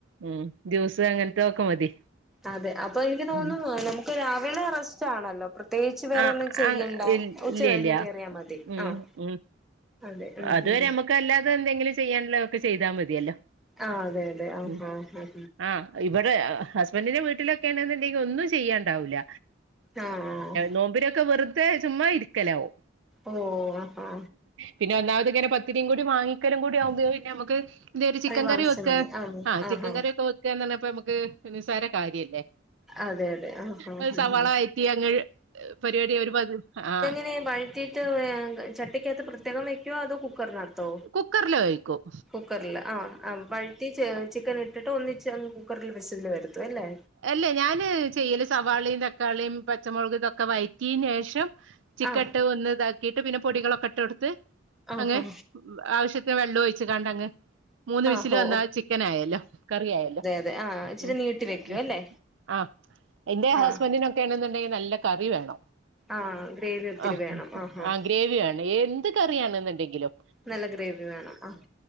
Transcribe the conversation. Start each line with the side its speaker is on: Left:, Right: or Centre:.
Right: ഉം ജ്യൂസ് അങ്ങനത്തെക്കെ മതി.
Centre: അതെ അപ്പൊ എനിക്ക് തോന്നുന്നു
Right: ഉം
Centre: നമുക്ക് രാവിലെ റസ്റ്റ് ആണല്ലോ. പ്രത്യേകിച്ച് വേറെ
Right: ആഹ്
Centre: ഒന്നും ചെയ്യണ്ട
Right: ഇല്ല
Centre: ഉച്ച കഴിഞ്ഞ്
Right: ഇല്ല
Centre: കേറിയ മതി.
Right: ഉം
Centre: ആഹ്
Right: ഉം
Centre: അതെ ഉം
Right: അതുവരെ
Centre: ഉം
Right: നമുക്ക് അല്ലാതെ എന്തെങ്കിലും ചെയ്യാനൊള്ളക്കെ ചെയ്താൽ മതിയല്ലോ.
Centre: ആഹ് അതെ അതെ ആഹ്
Right: ഉം
Centre: ഹ ആഹ്
Right: ആഹ് ഇവിടെ ഹസ്ബൻഡിന്റെ വീട്ടിലൊക്കെയ ആണെന്നുണ്ടെങ്കിൽ ഒന്നും ചെയ്യാണ്ടാവില്ല.
Centre: ആഹ് ആഹ്
Right: നോമ്പിനെക്കെ വെറുത ചുമ്മാ ഇരിക്കലാവും.
Centre: ഓ ആഹാ
Right: പിന്നെ ഒന്നാമത് ഇങ്ങനെ പത്തിരിയും കൂടെ വാങ്ങിക്കലുകുടി ആകുമ്പോൾ പിന്നെ നമുക്ക് എന്ത ഒരു ചിക്കൻ
Centre: വാങ്ങിച്ചാ
Right: കറി വെക്ക
Centre: മതി
Right: ആഹ് ചിക്കൻ
Centre: ആഹാ
Right: കറി ഒക്കെ വെക്കന്ന് പറഞ്ഞപ്പോ നമുക്ക് നിസ്സാര കാര്യല്ലേ.
Centre: അതെ അതെ ആഹ് ആഹ്
Right: ഒരു സവാള
Centre: ഉം
Right: വയറ്റിങ്ങ് പരിപാടി ഒരു പതി ആ
Centre: <unintelligible> കത്തിയിട്ട് ചട്ടിക്കകത്ത് പ്രത്യേകം വയ്ക്കുവോ അത് കുക്കറിലക- ത്തോ
Right: കുക്കറില് വേവിക്കും
Centre: കുക്കറില് ആഹ് ആ വഴ റ്റി ചിക്കൻ ഇട്ടിട്ട് ഒന്നിച്ച് കുക്കറിൽ വിസലെ വരുത്തു അല്ലേ.
Right: അല്ലേ ഞാന് ചെയ്യല് സവാളിയും, തക്കാളിയും, പച്ചമുളക് ഇതൊക്കെ വയറ്റിന് ശേഷം ചിക്കൻ
Centre: ആ
Right: ഇട്ട് ഒന്ന് ഇതാക്കിട്ട് പിന്നെ പൊടികളൊക്കെ ഇട്ട് കൊടുത്ത്
Centre: ആ
Right: അങ്ങനെ
Centre: ആ
Right: ആവശ്യത്തിന് വെള്ളം ഒഴിച്ച്ക്കാണ്ട് അങ്ങ് മൂന്ന്
Centre: ആ
Right: വിസിൽ
Centre: ഓ
Right: വന്നാൽ ചിക്കനായല്ലോ കറി ആയല്ലോ.
Centre: തെ ആഹ് ഇച്ചിരി
Right: ഉം
Centre: നീട്ടി വെക്കും
Right: ഉം
Centre: അല്ലേ
Right: ആഹ് എന്റെ
Centre: ആ
Right: ഹസ്ബൻഡിനൊക്കേ ആണെന്നുണ്ടെങ്കിൽ നല്ല കറി വേണം.
Centre: ആഹ് ഗ്രേവി ഒത്തിരി
Right: ആഹ്
Centre: വേണം ആഹ് ആഹ്
Right: ഗ്രേവി വേണം എന്ത് കറിയാണ്ന്ന് ഉണ്ടെങ്കിലും.
Centre: നല്ല ഗ്രേവി വേണം ആഹ്